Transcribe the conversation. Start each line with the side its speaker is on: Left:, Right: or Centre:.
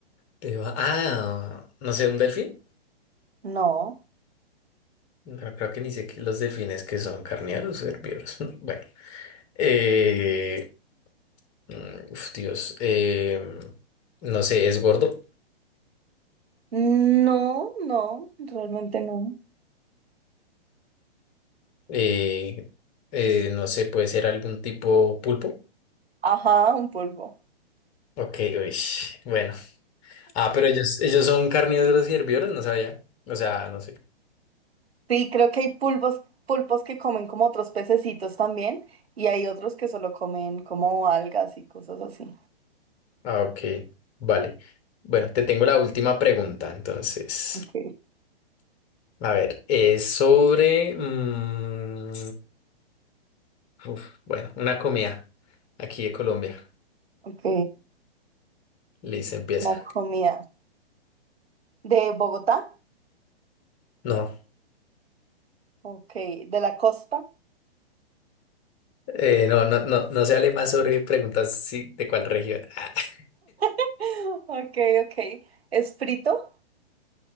Left: Te va- Ah, no sé, un delfín.
Right: No,
Left: No creo que ni sé qué los delfines que son carnívoros o herbívoros. <laughs> Bueno, eh, mm, uf, Dios, eh, no sé, es gordo.
Right: no, no, realmente no.
Left: Eh, eh, no sé, puede ser algún tipo pulpo.
Right: Ajá, un pulpo.
Left: Ok, uy, bueno. Ah, pero ellos, ellos son carnívoros y herbívoros, no sabía. O sea, no sé.
Right: Sí, creo que hay pulpos, pulpos que comen como otros pececitos también y hay otros que solo comen como algas y cosas así.
Left: Ah, ok, vale. Bueno, te tengo la última pregunta, entonces.
Right: Ok,
Left: A ver, es sobre... mm, Uf, bueno, una comida aquí de Colombia.
Right: ok.
Left: Listo, empieza.
Right: Una comida. ¿De Bogotá?
Left: No,
Right: Ok, ¿de la costa? <gasps>
Left: eh, no, no, no, no se hable más sobre preguntas sí, de cuál región. <laughs>
Right: <laughs> Ok, ok. ¿Es frito?